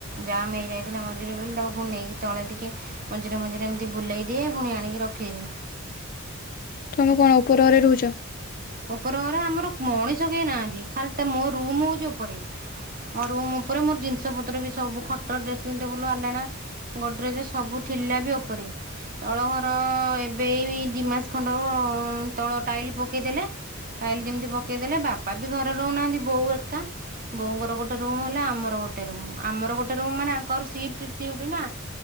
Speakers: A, on the right; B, on the left.
A: ଜାମ୍ ହେଇଯାଇଥିଲା ମଝିରେ ବୋଲି, ତାକୁ ପୁଣି ନେଇକି ତଳେ ଟିକେ ମଝିରେ ମଝିରେ ଏମିତି ବୁଲେଇ ଦିଏ, ପୁଣି ଆଣିକି ରଖିଦିଏ।
B: ତୁମେ କଣ ଉପର ଘରେ ଘରେ ରହୁଛ?
A: ଉପର ଘରେ ଆମର ମଣିଷ କେହି ନାହାନ୍ତି ଖାଲି ଟା ମୋ ରୁମ ହଉଛି ଉପରେ। ମୋ ରୁମ୍ ଉପରେ ମୋର ଜିନିଷ ପତ୍ର ବି ସବୁ ଖଟ, ଡ୍ରେସିଂ ଟେବୁଲ, ଆଲଣା ଗୋଡରେଜ୍ ଯେ ସବୁ ଥିଲା ବି ଉପରେ, ତଳ ଘର ତ ଏବେ ଦି ମାସ ଖଣ୍ଡ ହବ ତଳ ଟାଇଲ ପକେଇଦେଲେ। ଟାଇଲି ଯେମିତି ପକେଇଦେଲେ ବାପା ବି ଘରେ ରହୁନାହାନ୍ତି, ବୋଉ ଏକା। ବୋଉଙ୍କର ଗୋଟେ ରୁମ୍ ହେଲା, ଆମର ଗୋଟେ ରୁମ୍ ଆମର ଗୋଟେ ରୁମ୍ ମାନେ ଆଙ୍କର ସିଫ୍ଟ ନା।